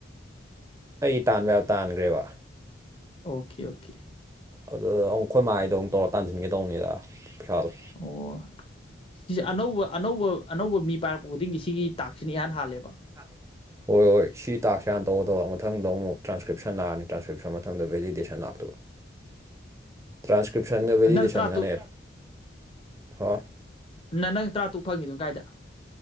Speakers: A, on the right (about 15°); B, on the left (about 30°).
A: ꯑꯩ ꯇꯥꯟꯕ ꯌꯥ ꯇꯥꯟꯈ꯭ꯔꯦꯕ
B: ꯑꯣꯀꯦ ꯑꯣꯀꯦ꯫
A: ꯑꯗꯨ ꯑꯃꯛ ꯑꯩꯈꯣꯏ ꯃꯥꯏꯗꯣꯨ ꯇꯧꯔꯒ ꯇꯥꯟꯁꯤꯟꯒꯗꯧꯅꯤꯗ ꯄꯩꯁꯥꯗꯣ꯫
B: ꯑꯣ ꯁꯤꯁꯦ ꯑꯅꯧꯕ ꯑꯅꯧꯕ ꯑꯅꯧꯕ ꯃꯤ ꯄꯥꯏꯔꯛꯄ ꯈꯨꯗꯤꯡꯒꯤ ꯁꯤꯒꯤ ꯇꯥꯛꯁꯤꯅ ꯏꯍꯥꯟ ꯍꯥꯜꯂꯦꯕ꯫
A: <inaudible> ꯍꯣꯏ ꯍꯣꯏ ꯁꯤ ꯇꯥꯛꯁꯥꯟꯅ ꯇꯧꯒ ꯇꯧ ꯃꯊꯗꯣ ꯑꯃꯨꯛ ꯇ꯭ꯔꯥꯟꯁꯀ꯭ꯞꯁꯟ ꯂꯥꯛꯑꯅꯤ ꯇ꯭ꯔꯥꯟꯁꯀ꯭ꯞꯁꯟ ꯃꯊꯪꯗ ꯚꯦꯂꯤꯗꯦꯁꯟ ꯂꯥꯛꯇꯕ꯫ ꯇ꯭ꯔꯥꯟꯁꯀ꯭ꯔꯤꯞꯁꯟꯗ ꯕꯦꯔꯤꯗꯤꯦꯁꯟꯒꯅꯦ
B: ꯅꯪ ꯇꯔꯥꯇꯨꯛ
A: ꯍ
B: ꯅ ꯅꯪ ꯇꯔꯥ ꯇꯨꯛ ꯐꯪꯉꯤꯗꯅ ꯀꯥꯏꯗ